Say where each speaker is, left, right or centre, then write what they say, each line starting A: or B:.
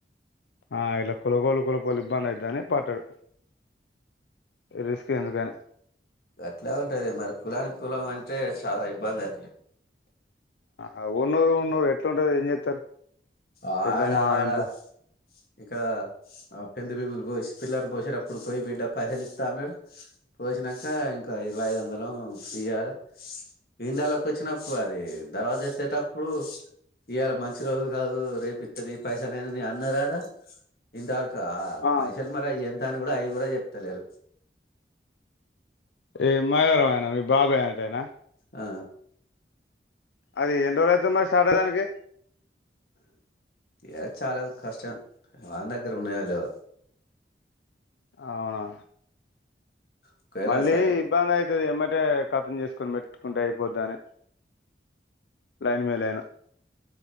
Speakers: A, on the left; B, on the left.
A: ఆ ఇలా కులపోలు కులపోలు ఇబ్బంది అయితదని పట్టడు. రిస్క్ ఎందుకని
B: అట్లే ఉంటది మరి కులానికి కులం అంటే చాలా ఇబ్బందే
A: ఆ ఉన్నూరు ఉన్నూరు ఎట్లుంటది ఏం చేస్తారు.
B: ఆడా
A: ఎంత మా
B: వాడా
A: ఎంత
B: ఇక్కడ పెందు బిమ్ములు పోసి పిల్లర్ పోసేటప్పుడు పోయి బిడ్డ పైసలు ఇస్తా అన్నాడు, పోసినంక ఇంకా ఇరవై ఐదు వందలేమో ఇయ్యాలే, ఇండ్లలకి వచ్చినప్పుడు అదే, దర్వాజా ఎత్తేటప్పుడు ఇయ్యాల మంచి రోజు కాదు రేపు ఇస్తతీయి పైసా అని అని అన్నరు ఆడా ఇంతవర కు
A: ఆ
B: పైసలు మరా ఏం త అని కూడా అవి కూడా చెప్తలేరు.
A: ఏమ్ మాయరోగం ఆయనా మీ బాబాయ్ అనటైనా
B: ఆ
A: అది ఎన్ని రోజులు అయితది మరి సర్దడానికి
B: ఏ చాలా కష్టం వాని దగ్గర ఉన్నాయో లేవో
A: అవునా
B: ఒకవేళ
A: మళ్ళీ
B: స
A: ఇబ్బంది అయితది ఏమ్మటే కటింగ్ చేసు కొని పెట్టుకుంటే అయిపోతది అని ల్యాండ్ మేలు ఐనా